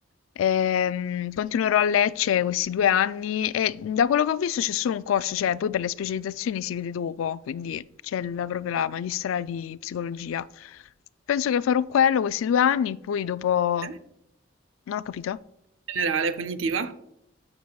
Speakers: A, on the left; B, on the right.
A: Ehm, continuerò a Lecce questi due anni e da quello che ho visto c'è solo un corso, cioè poi per le specializzazioni si vede dopo, quindi c'è la- proprio la magistrale di psicologia. Penso che farò quello questi due anni, poi dopo...
B: Eh?
A: Non ho capito.
B: Generale, cognitiva?